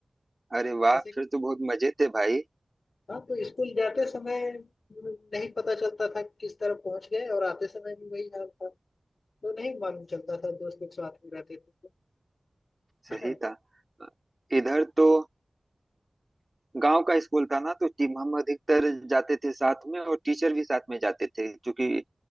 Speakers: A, on the right; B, on the left.
A: अरे वाह
B: ऐसे
A: फिर तो बहुत मजे थे भाई
B: हाँ तो स्कूल जाते समय नहीं पता चलता था कि किस तरफ पहुंच गए और आते समय भी वही हाल था तो नहीं मालूम चलता था दोस्त लोग साथ में रहते थे तो,
A: सही
B: है ना
A: था इधर तो गांव का स्कूल था ना तो टीम हम अधिकतर जाते थे साथ में और टीचर भी साथ में जाते थे क्योंकि